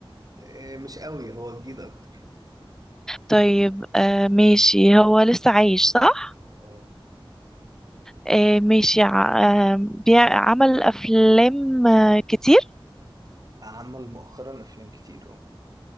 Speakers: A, on the right (about 40°); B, in the centre.
A: آه مش قوي هو جديد أكتر
B: طيب آه ماشي هو لسه عايش صح
A: أه
B: آه ماشي ع- آه بيع- عمل افلام آه كتير
A: عمل مؤخرا أفلام كتير أه